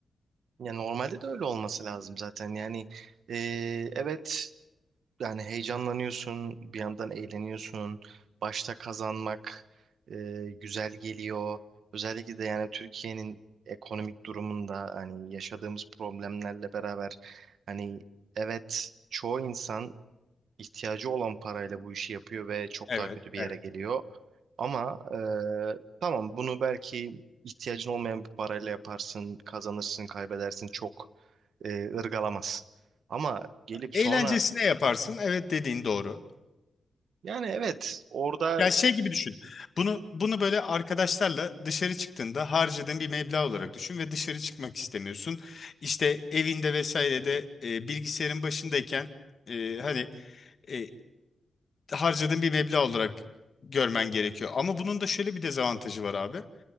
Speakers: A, on the right; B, on the left.
A: Yani normalde de öyle olması lazım zaten. Yani e, evet yani heyecanlanıyorsun, bir yandan eğleniyorsun. Başta kazanmak e, güzel geliyor. Özellikle de yani Türkiye'nin ekonomik durumunda hani yaşadığımız problemlerle beraber hani evet çoğu insan ihtiyacı olan parayla bu işi yapıyor ve çok
B: Evet,
A: daha kötü bir
B: evet.
A: yere geliyor. Ama e, tamam bunu belki ihtiyacın olmayan bir parayla yaparsın, kazanırsın, kaybedersin çok e, ırgalamaz. Ama gelip
B: Eğlencesine
A: sonra
B: yaparsın. Evet dediğin doğru.
A: Yani evet orada
B: Ya şey gibi düşün. Bunu bunu böyle arkadaşlarla dışarı çıktığında harcadığın bir meblağ olarak düşün ve dışarı çıkmak istemiyorsun. İşte evinde vesairede e, bilgisayarın başındayken e, hani e, harcadığın bir meblağ olarak görmen gerekiyor. Ama bunun da şöyle bir dezavantajı var abi.